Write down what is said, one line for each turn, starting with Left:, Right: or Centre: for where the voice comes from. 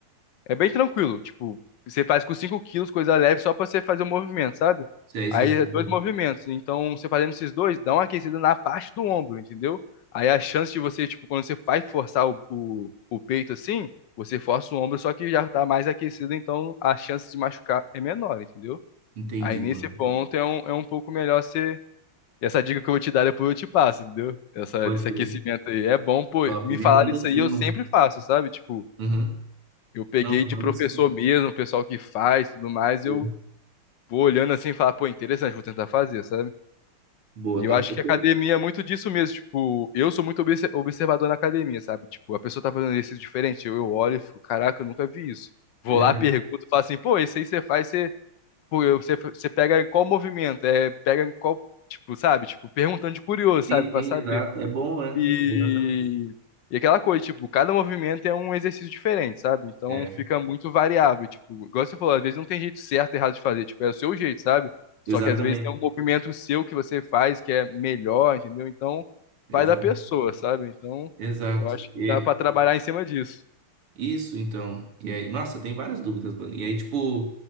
Left: é bem tranquilo, tipo, você faz com 5 quilos, coisa leve só pra você fazer o movimento, sabe?
Right: sei,
Left: Aí
Right: sei, sei.
Left: é dois
Right: sei.
Left: movimentos, então você fazendo esses dois, dá uma aquecida na parte do ombro, entendeu? Aí a chance de você, tipo, quando você vai forçar o, o, o peito assim, você força o ombro, só que já tá mais aquecido, então a chance de machucar é menor, entendeu?
Right: Entendi,
Left: Aí nesse
Right: mano.
Left: ponto é um, é um pouco melhor ser. Essa dica que eu vou te dar depois eu te passo, entendeu? Essa,
Right: Pode
Left: desse
Right: crer.
Left: aquecimento aí. É bom, pô,
Right: Top,
Left: me
Right: me
Left: falar
Right: manda
Left: isso
Right: sim,
Left: aí, eu
Right: mano.
Left: sempre faço, sabe? Tipo,
Right: Uhum.
Left: eu peguei
Right: Não, manda
Left: de professor
Right: sim.
Left: mesmo, o pessoal que faz tudo mais,
Right: Boa,
Left: eu vou olhando assim e falar, pô, interessante, vou tentar fazer, sabe?
Right: Boa,
Left: E eu
Right: top.
Left: acho
Right: Ok.
Left: que a academia é muito disso mesmo, tipo, eu sou muito obse- observador na academia, sabe? Tipo, a pessoa tá fazendo exercício diferente, eu, eu olho e fico, caraca, eu nunca vi isso. Vou
Right: É,
Left: lá, pergunto, falo assim, pô, esse aí você faz, pô, eu- você, você pega em qual movimento, é, pega em qual, tipo, sabe? Tipo, perguntando de curioso, sabe?
Right: Sim, sim,
Left: Pra saber.
Right: exato. É bom, né?
Left: E,
Right: Exatamente.
Left: e aquela coisa, tipo, cada movimento é um exercício diferente, sabe? Então
Right: É,
Left: fica muito variável, tipo, igual você falou, às vezes não tem jeito certo e errado de fazer, tipo, é o seu jeito, sabe? Só
Right: exatamente.
Left: que às vezes tem um movimento seu que você faz que é melhor, entendeu? Então
Right: Exato.
Left: vai da pessoa, sabe? Então
Right: Exato.
Left: eu acho que
Right: E-
Left: dá pra trabalhar em cima disso.
Right: Isso, então. E aí, nossa, tem várias dúvidas, mano. E aí, tipo,